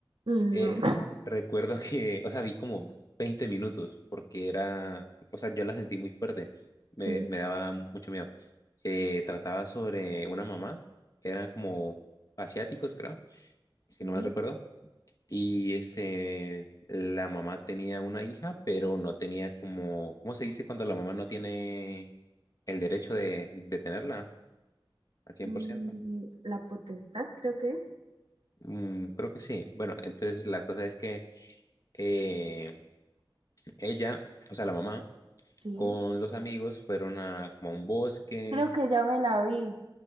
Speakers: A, on the right; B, on the left.
A: Mm,
B: Eh,
A: No,
B: recuerdo que, o sea, vi como 20 minutos porque era, o sea, yo la sentí muy fuerte, me,
A: <laughs> sí,
B: me daba mucho miedo. Eh, trataba sobre una mamá, eran como asiáticos, creo, si
A: sí.
B: no mal recuerdo, y este la mamá tenía una hija, pero no tenía como, ¿cómo se dice cuando la mamá no tiene el derecho de, de tenerla? Al 100%.
A: Mm, La potestad creo que es.
B: Mm, creo que sí. Bueno, entonces la cosa es que eh, ella, o sea, la mamá,
A: Sí.
B: con los amigos, fueron a como a un bosque,
A: Creo que ya me la vi.